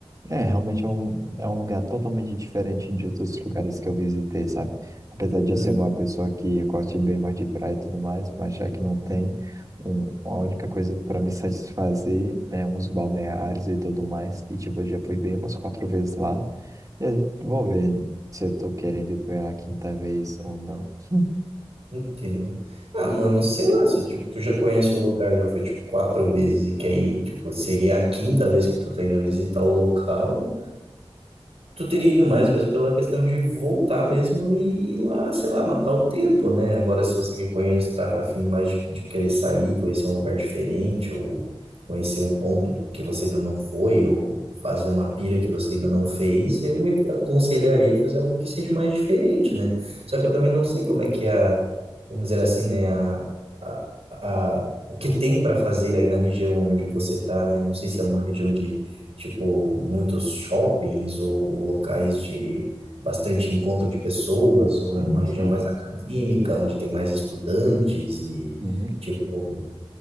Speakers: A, on the right; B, on the right.
A: é, realmente é um, é um lugar totalmente diferente de outros lugares que eu visitei, sabe? Apesar de
B: Uhum.
A: eu ser uma pessoa que gosta bem mais de praia e tudo mais, mas já que não tem, um, a única coisa pra me satisfazer é uns balneários e tudo mais, e, tipo, eu já fui bem umas quatro vezes lá. Eu vou ver se eu tô querendo ir pela quinta vez ou não. <laughs>
B: Entendo. Ah, mano, sei lá, se, tipo, tu já conhece o lugar, já foi tipo quatro vezes e quer ir, tipo, seria a quinta vez que tu tá indo visitar o local. tu teria ido mais mesmo pela questão de voltar mesmo e ir lá, sei lá, matar o tempo, né? Agora, se você quer conhecer, tá afim mais de, de querer sair, conhecer um lugar diferente, ou conhecer um ponto que você ainda não foi, ou fazer uma pira que você ainda não fez, eu re- aconselharia fazer algo que seja mais diferente, né? Só que eu também não sei como é que é a, vamos dizer assim, né, a, a, a- o que tem para fazer aí na região onde você tá, né? Não sei se é uma região de tipo muitos shoppings ou, ou locais de bastante encontro de pessoas, ou
A: Sim,
B: é uma
A: isso
B: região mais acadêmica, onde tem mais estudantes e
A: Uhum.
B: tipo,